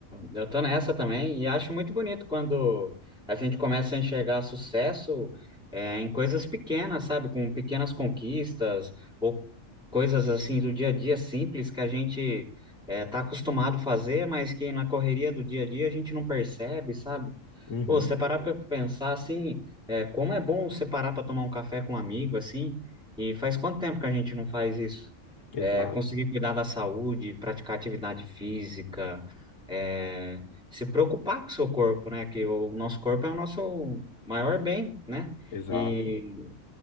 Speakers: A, in the centre; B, on the left.
A: eu tô nessa também e acho muito bonito quando a gente começa a enxergar sucesso é, em coisas pequenas, sabe? Com pequenas conquistas ou coisas assim do dia a dia simples que a gente é, tá acostumado a fazer, mas que na correria do dia a dia a gente não percebe, sabe?
B: Uhum,
A: Pô, se você parar para pensar assim, é, como é bom você parar para tomar um café com um amigo assim, e faz quanto tempo que a gente não faz isso?
B: exato,
A: É, conseguir cuidar da saúde, praticar atividade física, é, se preocupar com o seu corpo, né? Que o nosso corpo é o nosso maior bem, né?
B: exato.
A: E,